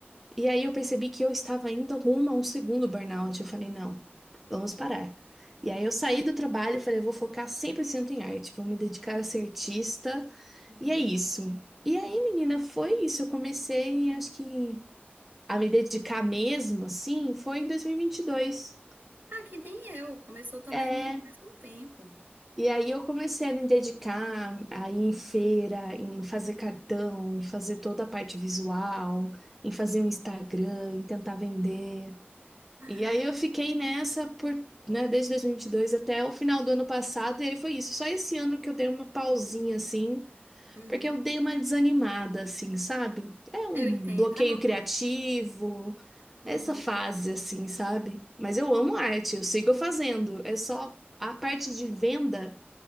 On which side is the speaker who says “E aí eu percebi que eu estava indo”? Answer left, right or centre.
Centre